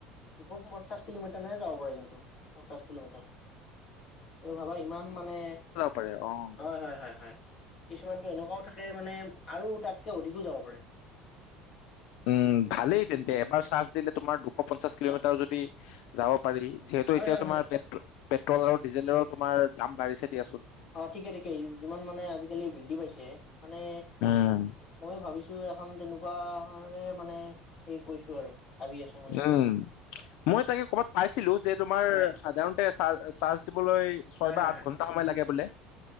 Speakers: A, on the left (about 50°); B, on the left (about 70°).
A: দুশ পঞ্চাশ কিলোমিটাৰলেহে যাব পাৰিলো তো, পঞ্চাশ কিলোমিটাৰ। তুমি ভাবা ইমান মানে
B: তাকে অঁ।
A: হয় হয় হয় হয়, কিছুমানটো এনেকুৱাও থাকে মানে আৰু তাতকে অধিকো যাব পাৰে।
B: উম' ভালেই তেন্তে এবাৰ চাৰ্জ দিলে তোমাৰ দুশ পঞ্চাশ কিলোমিটাৰ
A: অ
B: যদি যাব পাৰি যিহেতু
A: হয়
B: এতিয়া
A: হয়
B: তোমাৰ
A: হয়
B: পেট্ৰ- পেট্ৰল আৰু ডিজেলৰ তুমাৰ দাম বাঢ়িছে দিয়াচোন।
A: অ ঠিকে ঠিকে। যিমান মানে আজিকালি বৃদ্ধি পাইছে মানে
B: উম
A: মইয়ো ভাবিছো এখন তেনেকুৱাৰে মানে কৈছো আৰু। ভাবি আছো মানে।
B: উম মই তাকে ক'বাত পাইছিলো যে তোমাৰ
A: হয়
B: সাধাৰণতে চাৰ চাৰ্জ দিবলৈ ছয়
A: হয় হয়
B: বা আঠ
A: হয়
B: ঘন সময় লাগে বোলে।